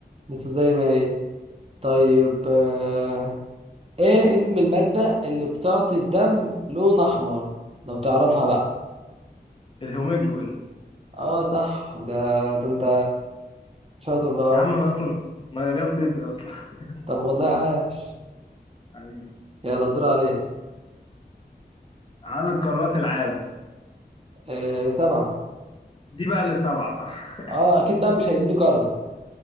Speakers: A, on the right; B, on the left.
A: لسه زي ما هي طيب آه، ايه اسم المادة اللي بتعطي الدم لون احمر لو تعرفها بقى
B: الهيموجلوبين
A: اه صح ده ده انت شاطر بقى اهو
B: يا عم انا اصلا مجال طبي اصلا <laughs>
A: طب والله عاش
B: حبيبي
A: يلا الدور عليك
B: عدد قارات العالم
A: إيه سبعة
B: دي بقى اللي سبعة صح
A: اه اكيد بقى مش هيزيدوا كرة